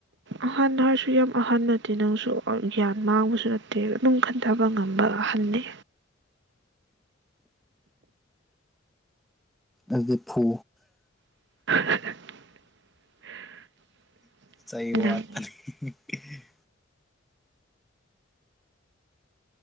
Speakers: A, on the right; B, in the centre.
A: ꯑꯍꯟ ꯍꯥꯏꯔꯁꯨ ꯌꯥꯝ ꯑꯍꯟ ꯅꯠꯇꯦ ꯅꯪꯁꯨ ꯒ꯭ꯌꯥꯟ ꯃꯥꯡꯕꯁꯨ ꯅꯠꯇꯦ ꯑꯗꯨꯝ ꯈꯟꯊꯕ ꯉꯝꯕ ꯑꯍꯜꯅꯤ
B: ꯑꯁꯗꯤꯄꯨ
A: <unintelligible>
B: ꯁꯩ
A: ꯅꯪ
B: ꯋꯥꯔꯅꯤ <unintelligible>